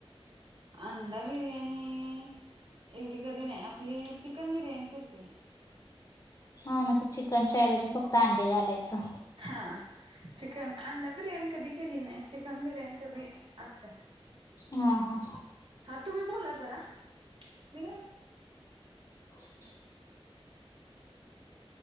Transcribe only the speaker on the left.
हा मग ते चिकनच्याऐवजी फक्त अंडे घालायचं.
हा हा
<unintelligible>